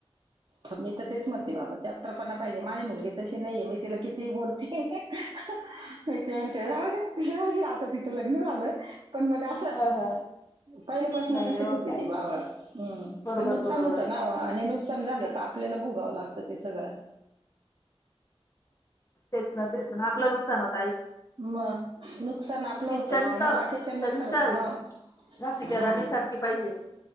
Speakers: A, on the right (about 50°); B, on the left (about 30°).
A: ख्बे तक तेच म्हणते बाबा चॅप्टर पणा पाहिजे माझी मुलगी तशी नाहीये मी तिला किती कितीही बोलते म्हणते ती म्हणते जाऊदे जाऊदे तिच लग्न झाल पण मग अस
B: ह ह
A: पहिल्यापासन
B: नाही
A: ती तशीच
B: हो
A: होती
B: काय
A: ती बावळट
B: बरोबर
A: पण नुकसान
B: बरोबर
A: होत ना ओ नुकसान झाल त आपल्याला भोगाव लागत ते सगळ
B: तेच ना तेच ना पण आपल नुकसान होत
A: मग नुकसान आपल
B: मुलगी
A: होत
B: चंट
A: आणि बाकीच्याना
B: चंचल
A: सर्व ह
B: झाशीच्या
A: हम
B: राणी सारखी पाहिजे.